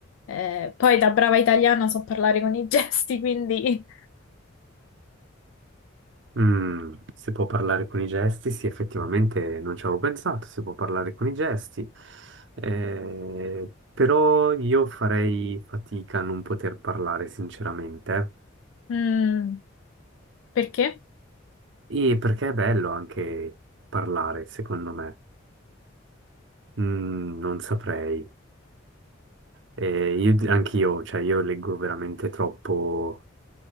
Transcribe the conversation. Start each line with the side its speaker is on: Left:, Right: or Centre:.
Left: Eh, poi da brava italiana so parlare con i <laughs> gesti, quindi...
Right: Mm, si può parlare con i gesti? Sì, effettivamente non ci avevo pensato, si può parlare con i gesti. Eh, però io farei fatica a non poter parlare, sinceramente.
Left: mm, perché?
Right: E perché è bello anche parlare, secondo me. Mm, non saprei. Eh, io, anche io, cioè, io leggo veramente troppo...